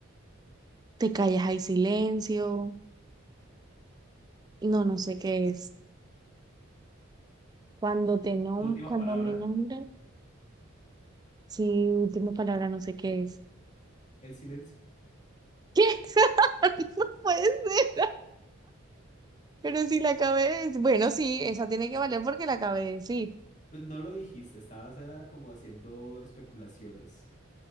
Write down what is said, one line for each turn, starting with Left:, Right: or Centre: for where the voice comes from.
Right: Te callas, hay silencio. No, no sé qué es. Cuando te nom
Left: Última
Right: cuando
Left: palabra,
Right: me nombras, sí, última palabra, no sé qué es.
Left: el silencio.
Right: ¿Qué? <laughs> No puede ser. Pero si la acabé de decir. Bueno, sí, esa tiene que valer porque la acabé de decir.
Left: Pues no lo dijiste, estabas era como haciendo especulaciones.